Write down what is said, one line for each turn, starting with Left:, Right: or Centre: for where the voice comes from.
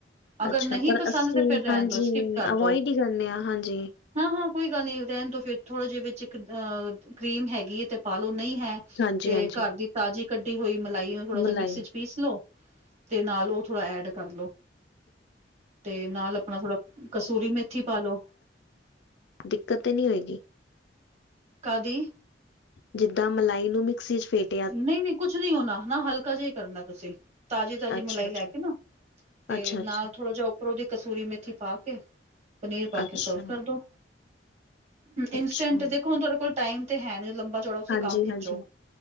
Right: ਅਗਰ
Left: ਅੱਛਾ
Right: ਨਹੀਂ
Left: ਪਰ
Right: ਪਸੰਦ
Left: ਅਸੀਂ
Right: ਤੇ ਫੇਰ ਰੇਹਣ
Left: ਹਾਂਜੀ
Right: ਦੋ ਸਕਿਪ ਕਰਦੋ।
Left: ਅਵੋਇਡ ਹੀ ਕਰਨੇ ਆ ਹਾਂਜੀ,
Right: ਹਾਂ-ਹਾਂ ਕੋਈ ਗੱਲ ਨੀ ਰੇਹਣ ਦੌ ਫਿਰ ਥੋੜਾ ਜੇਹੇ ਵਿੱਚ ਇੱਕ ਅਹ ਕਰੀਮ ਹੈਗੀ ਏ ਤੇ ਪਾਲੋ, ਨਹੀਂ ਹੈ
Left: ਹਾਂਜੀ-ਹਾਂਜੀ।
Right: ਤੇ ਕਾਰ ਦੀ ਤਾਜ਼ੀ ਕੱਢੀ ਹੋਈ ਮਲਾਈ ਨੂੰ ਥੋੜਾ ਜੇਹਾ
Left: ਮਲਾਈ,
Right: ਮਿਕਸੀ ਚ ਪੀਸ ਲੋ, ਤੇ ਨਾਲ ਉਹ ਥੋੜਾ ਐਡ ਕਰ ਲੋ। ਤੇ ਨਾਲ ਅਪਣਾ ਥੋੜਾ ਕਸੂਰੀ ਮੇਥੀ ਪਾਲੋ।
Left: ਦਿੱਕਤ ਤੇ ਨਹੀਂ ਹੋਏਗੀ?
Right: ਕਾਦੀ?
Left: ਜਿੱਦਾਂ ਮਲਾਈ ਨੂੰ ਮਿਕਸੀ ਚ' ਫੇਕ
Right: ਨਹੀਂ- ਨਹੀਂ ਕੁਛ ਨਹੀਂ ਹੋਣਾ ਨਾ ਹਲਕਾ ਜਿਹਾ ਹੀ ਕਰਨਾ ਤੁਸੀਂ, ਤਾਜ਼ੀ- ਤਾਜ਼ੀ
Left: ਅੱਛਾ-ਅੱਛਾ,
Right: ਮਲਾਈ ਲੈ ਕੇ ਨਾ। ਤੇ
Left: ਅੱਛਾ-ਅੱਛਾ।
Right: ਨਾਲ ਥੋੜ੍ਹਾ ਜਿਹਾ ਉੱਪਰੋਂ ਦੀ ਕਸੂਰੀ ਮੇਥੀ ਪਾ ਕੇ। ਪਨੀਰ ਪਾ
Left: ਅੱਛਾ,
Right: ਕੇ ਸਰਵ ਕਰਦੋ।
Left: ਅੱਛਾ
Right: ਇੰਸਟੈਂਟ ਦੇਖੋ ਹੁਣ ਤੁਹਾਡੇ ਕੋਲ ਟਾਈਮ ਤੇ ਹੈ ਨੀ ਲੰਬਾ ਚੌੜਾ ਤੁਸੀਂ
Left: ਹਾਂਜੀ,
Right: ਕੰਮ ਖਿੱਚੋ।
Left: ਹਾਂਜੀ,